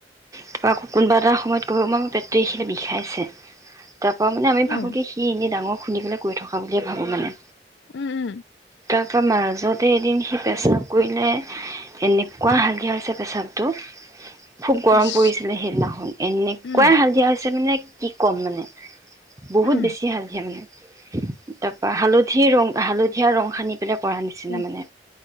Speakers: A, on the right; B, on the left.
A: তাৰ আকৌ কোনোবা এটা সময়ত ক'ব পেট এখিনিত বিষাইছে তাৰ পৰা মানে আমি
B: উম
A: ভোবো কি সি এনে ডাঙৰ শুনবলৈ কৈ থওঁ পাওঁ বুলিয়ে ভাবোঁ মানে
B: উম উম
A: তাৰপৰা মাজতে এদিন সি পেচাব কৰিলে এনেকুৱা হালধিয়া হৈছে পেচাবটো খুব গৰম
B: ইচ
A: পৰিছিলে সেইদিনাখন এনেকুৱাই
B: উম
A: হালধিয়া হৈছে মানে কি কম মানে বহুত
B: উম
A: বেছি হালধিয়া মানে <inaudible> তাৰপা হালধি ৰং হালধীয়া ৰং সানি পেলাই কৰা নিচিনা
B: উ
A: মানে